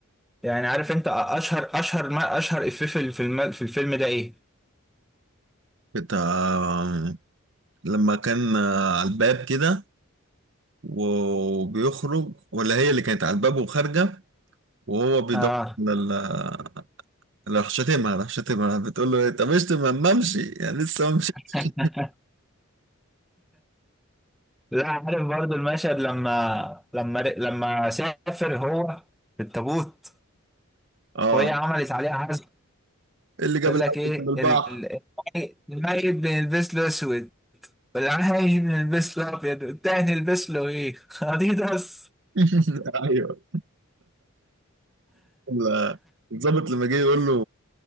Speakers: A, in the centre; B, on the right.
A: يعني عارف انت اشهر اشهر ما اشهر إفيه في الفيلم في الفيلم ده ايه؟
B: بتاع لما كان آه، على الباب كده وبيخرج ولا هي اللي كانت على الباب وخارجه وهو بيدور
A: اه
B: على ال- راح شتمها راح شتمها بتقول له إيه، طب اشتم ما امشي يعني لسه ما مشيتش
A: <laughs> لا عارف برضو المشهد لما لما لما سافر هو في التابوت
B: اه
A: وهي عملت عليه عزم
B: إيه اللي جاب
A: قال
B: العسل
A: لك ايه
B: من البحر
A: ال- الميت بنلبس له اسود بالعين نلبس له ابيض التاني نلبس له ايه؟ <laughs> اديداس
B: <laughs> ايوه وال- الضابط لما جه يقول له